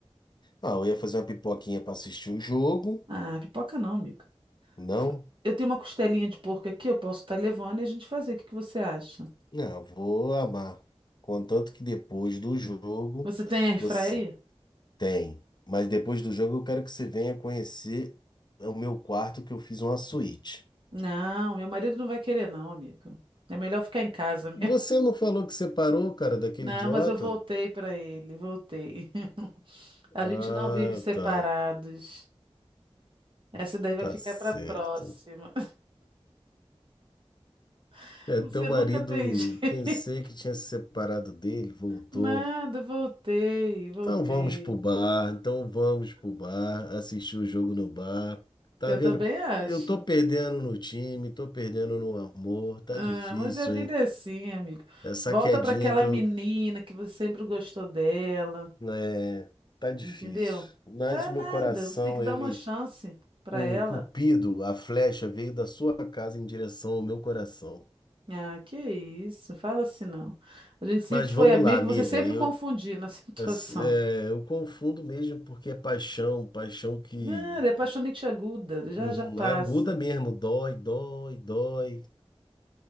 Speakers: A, on the left; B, on the right.
A: Ah, eu ia fazer uma pipoquinha para assistir o jogo.
B: Ah, pipoca não, amiga.
A: Não?
B: F- Eu tenho uma costelinha de porco aqui, eu posso estar levando e a gente fazer. O que que você acha?
A: Não, eu vou amar. Contanto que depois do jogo.
B: Você tem airfryer
A: Você...
B: aí?
A: Tem. Mas depois do jogo eu quero que você venha conhecer o meu quarto que eu fiz uma suíte.
B: Não, meu marido não vai querer, não, amiga. É melhor ficar em casa.
A: Você não falou que separou, cara, daquele
B: Não,
A: idiota?
B: mas eu voltei para ele, voltei. <laughs> A
A: Ah,
B: gente não vive separados.
A: tá.
B: Essa daí vai
A: Tá
B: ficar
A: certo.
B: para próxima. <laughs>
A: É,
B: Você
A: teu marido,
B: nunca tem <laughs> jeito.
A: pensei que tinha se separado dele, voltou.
B: Nada, voltei, voltei.
A: Então vamos pro bar, então vamos pro bar, assistir o jogo no bar. Tá
B: Eu
A: vendo?
B: também acho.
A: Eu tô perdendo no time, tô perdendo no amor, tá
B: Ah,
A: difícil,
B: mas a vida
A: hein?
B: é assim, amigo.
A: Essa
B: Volta
A: quedinha
B: para aquela
A: que eu
B: menina que você sempre gostou dela,
A: É, tá difícil.
B: entendeu?
A: Mas
B: Tá
A: o
B: nada,
A: meu coração,
B: você tem que dar
A: ele,
B: uma chance para
A: o
B: ela.
A: cupido, a flecha veio da sua casa em direção ao meu coração.
B: Ah, que isso, fala assim não. A gente sempre
A: Mas
B: foi
A: vamos
B: amigo,
A: lá, amiga.
B: você sempre
A: Eu,
B: confundiu na <laughs> situação.
A: es- é, eu confundo mesmo porque é paixão, paixão que
B: Nada, é apaixonite aguda, já
A: hum,
B: já passa.
A: aguda mesmo, dói, dói, dói.